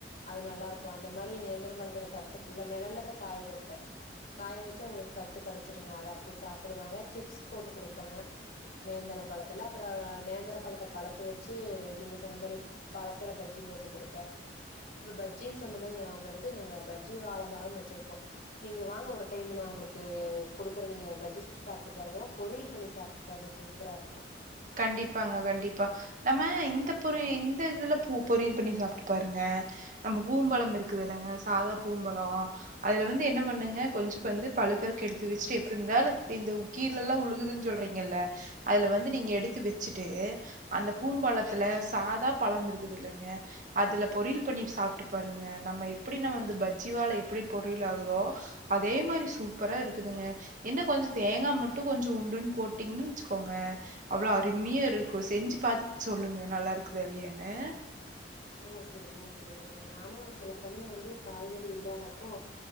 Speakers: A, on the left; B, on the right.
A: அது நல்லா இருக்கு அந்த மாரி நேந்திரம் பழத்தோட சத்து ஃபுல்லா நெழல்லதா காய வெப்ப காய வெச்சா உங்களுக்கு சத்து கெடச்சிருங்க அத அப்டி சாப்பிடுவாங்க சிப்ஸ் போட்டு குடுப்பேங்க நேந்திரம் பழத்துல அப்ரொ நேந்திர பழத்த பழுக்க வெச்சு நீங்க சொன்ன மாரி பழத்துல பஜ்ஜி ஓட்டு குடுப்ப இப்ப பஜ்ஜின்னு சொன்னதா நியாவ வருது நாங்க பஜ்ஜி வாழ மரம் வெச்சிர்கோ நீங்க வாங்க ஒரு டைம் நா உங்ளுக்கு குடுக்குற நீங்க பஜ்ஜி சுட்டு சாப்ட்டு பாருங்க பொரியள் பண்ணி சாப்ட்டு பாருங்க சூப்பரா இருக்கு
B: கண்டிப்பாங்க கண்டிப்பா நம்ம இந்த பொரி இந்த இதுல பூ பொரியல் பண்ணி சாபிட்டு பாருங்க நம்ம பூம்பழம் இருக்குதுல்லங்க சாதா பூம்பழொ அதுல வந்து என்ன பண்ணுங்க கொஞ்ச வந்து பழுக்கறக்கு எடுத்து வெச்சுட்டு எப்டி இருந்தாலு இந்த ஏ கீழல்லா உழுகுதுன்னு சொல்றீங்கல்ல அதுல வந்து நீங்க எடு து வெச்சுட்டு அந்த பூம்பழத்துல சாதா பழாம் இருக்குதுல்லங்க அதுல பொரியல் பண்ணி சாப்ட்டு பாருங்க நம்ம எப்டி நா வந்து பஜ்ஜி வாழ எப்டி பொரியள் ஆகுதோ அதே மாரி சூப்பரா இருக்குதுங்க என்ன கொஞ்ச தேங்கா மட்டு கொஞ்சொ உண்டுன்னு போட்டீங்கன்னு வெச்சுக்கோங்க அவ்ளோ அருமையா இருக்கு செஞ்சு பாத்துட்டு சொல்லுங்க நல்லா இருக்குதா இல்லயானு
A: ஆ சேரிங்க செய்யறங்க நானு சில சமயொ வந்து காய்கறி இல்லாதப்போ